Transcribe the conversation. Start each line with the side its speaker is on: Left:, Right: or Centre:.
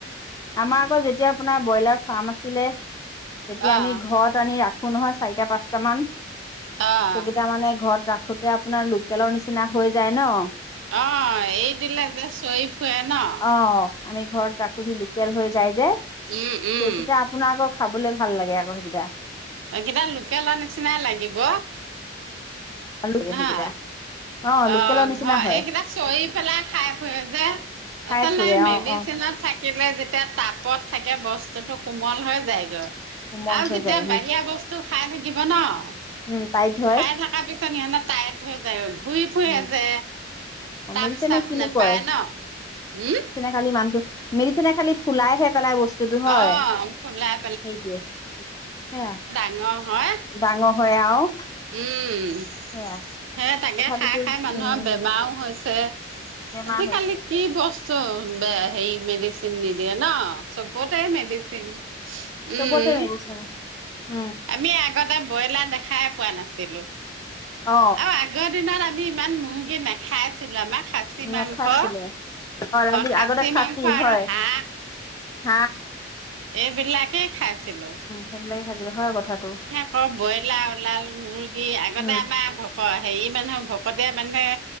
Left: আমাৰ আকৌ যেতিয়া আপোনাৰ ব্ৰইলাৰ ফাৰ্ম আছিলে তেতিয়া
Right: অ
Left: আমি ঘৰত আনি ৰা খো নহয় চাৰিটা পাঁচটা মান সেইকেইটা
Right: অ',
Left: মানে ঘৰত ৰা খোতে আপোনাৰ লোকেলৰ নিচিনা হৈ যায় নহ।
Right: অ এৰি দিলে যে চৰি ফুুৰে নহ।
Left: অ আমি ঘৰত ৰাখোহি লোকেল হৈ যায় যে সেইকেইটা
Right: উম, উম,
Left: আপোনাৰ আকৌ। খাবলৈ ভাল লাগে আকৌ সেইকেইটা।
Right: সেইকেইটা লোকেলৰ নিচিনাই লাগিব।
Left: <unintelligible>
Right: নহয়,
Left: সেইকেইটা।
Right: অ
Left: লোকেলৰ নিচিনা
Right: ঘৰ
Left: হয়
Right: এইকেইটা চৰি পেলাই খাই ফুৰে যে।
Left: খাই
Right: আচলতে
Left: ফুৰে
Right: এই মেডিচিনত
Left: অ' অ'
Right: থাক কিলে যেতিয়া তাপত থাকে বস্তুতো কোমল হৈ যায় গৈ।
Left: কোমল
Right: আৰু
Left: হৈ
Right: যেতিয়া
Left: যায় উম
Right: বাহিৰা বস্তু খাই থাকিব নহ
Left: উম টাইট হয়
Right: খাই থকা পিছত। <unintelligible> টাইট হৈ যায়। ঘুৰি ফুৰে
Left: উম
Right: যে
Left: অ
Right: তাপ
Left: মেডিচিনে
Right: চাপ
Left: কিনো
Right: নাপায়
Left: কয়
Right: নহ উম।
Left: <unintelligible> মেডিচিনে খালি ফুলাই হে পেলাই বস্তু। স্তুটো হয়
Right: অ', ফুলাই
Left: সেইটোৱে সেয়া।
Right: নহয়।
Left: ডাঙৰ হয় আৰু।
Right: উম।
Left: সেয়া
Right: হে তাকে
Left: তথাপিতো
Right: খাই খাই মানুহৰ
Left: উম
Right: বেমাৰও হৈছে
Left: বেমাৰ
Right: আজিকালি।
Left: হৈছে
Right: কি বস্তু ব হেৰি মেডিচিন নিদিয়ে ন। চবতে মেডিচিন
Left: চবতে
Right: উম।
Left: মেডিচিন উম।
Right: আমি আগতে ব্ৰইলাৰ দেখাই পোৱা নাছিলো।
Left: অ
Right: আৰু আগৰ দিনত আমি ইমান মুৰ্গী নাখাইছিলোঁ। আমাৰ সাচী
Left: নাখাইছিলে
Right: মাংস
Left: অ'
Right: খাচী
Left: আগতে খাচি
Right: মাংস
Left: হয়,
Right: আৰু হাঁহ
Left: হাহঁ।
Right: এইবিলাকে খাইছিলোঁ।
Left: সেইবিলাকে খাইছিলো হয় কথাটো।
Right: আকৌ ব্ৰইলাৰ ওলাল মুৰ্গী আগতে
Left: উম
Right: আমাৰ। অ' হেৰি মানুহে ভকতীয়া মানুহে